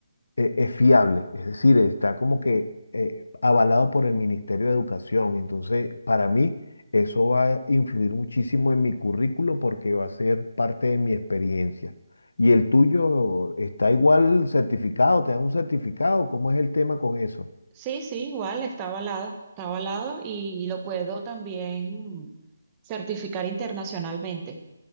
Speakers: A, on the left; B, on the right.
A: eh, es fiable, es decir, está como que eh, avalado por el Ministerio de Educación. Y entonces, para mí, eso va a influir muchísimo en mi currículo porque va a ser parte de mi experiencia. ¿Y el tuyo está igual certificado? ¿Te dan un certificado? ¿Cómo es el tema con eso?
B: Sí, sí, igual, está avalado, está avalado y, y lo puedo también certificar internacionalmente.